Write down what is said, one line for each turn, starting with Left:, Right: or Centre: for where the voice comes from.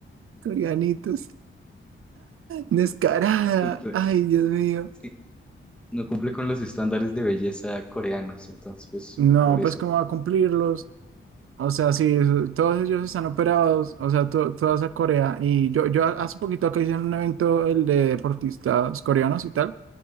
Right: coreanitos. Descarada.
Centre: Y cl-
Right: Ay, Dios mío.
Centre: es que no cumple con los estándares de belleza coreanos, entonces pues
Right: No,
Centre: por eso.
Right: pues cómo va a cumplirlos. O sea, sí, eso- todos ellos están operados, o sea, to- toda esa Corea. Y yo, yo hace poquito acá hice un evento, el de deportistas coreanos y tal,